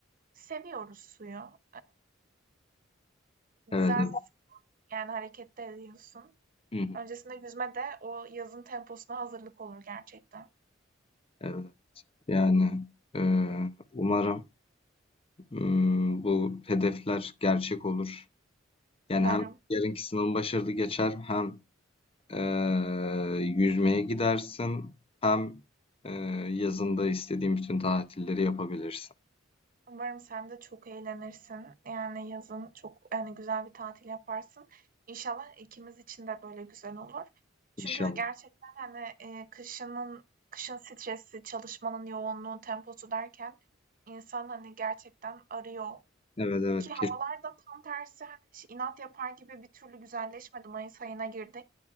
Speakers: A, on the right (about 45°); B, on the left (about 30°).
A: seviyoruz suyu. <laughs> güzel
B: Evet, evet.
A: bir Yani harekette de ediyorsun.
B: Hı hı.
A: Öncesinde yüzme de o yazın temposuna hazırlık olur gerçekten.
B: Evet. Yani e, umarım m, bu hedefler gerçek olur. Yani
A: Umarım.
B: hem yarınki sınavın başarılı geçer hem Eee, yüzmeye gidersin hem eee, yazında istediğin bütün tatilleri yapabilirsin.
A: Umarım sen de çok eğlenirsin. Yani yazın çok yani güzel bir tatil yaparsın. İnşallah ikimiz için de böyle güzel olur. Çünkü
B: İnşallah.
A: gerçekten hani e, kışının kışın stresi, çalışmanın yoğunluğu, temposu derken insan hani gerçekten arıyor.
B: Evet evet
A: Ki
B: kes
A: havalar da tam tersi hani inat yapar gibi bir türlü güzelleşmedi. Mayıs ayına girdik.